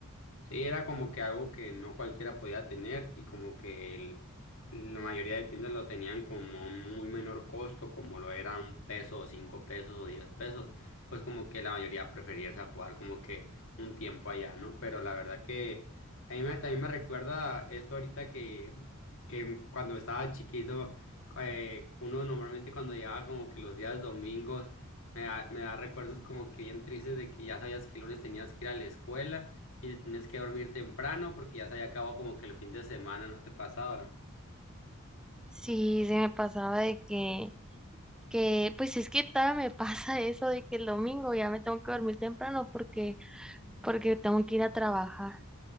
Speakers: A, on the left; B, in the centre.
A: Sí, era como que algo que no cualquiera podía tener y como que el- la mayoría de tiendas lo tenían como muy menor costo, como lo era un peso o cinco pesos o diez pesos, pues como que la mayoría prefería irse a jugar como que un tiempo allá, ¿no? Pero la verdad que a mí me- también me recuerda esto ahorita que, que cuando estaba chiquito, eh, uno normalmente cuando llegaba como que los días domingos, me da, me da recuerdos como que bien tristes de que ya sabías que el lunes tenías que ir a la escuela y tienes que dormir temprano porque ya se había acabado como que el fin de semana, no te pasaba.
B: Sí, se me pasaba de que, que, pues es que todavía me <laughs> pasa eso de que el domingo ya me tengo que dormir temprano porque, porque tengo que ir a trabajar.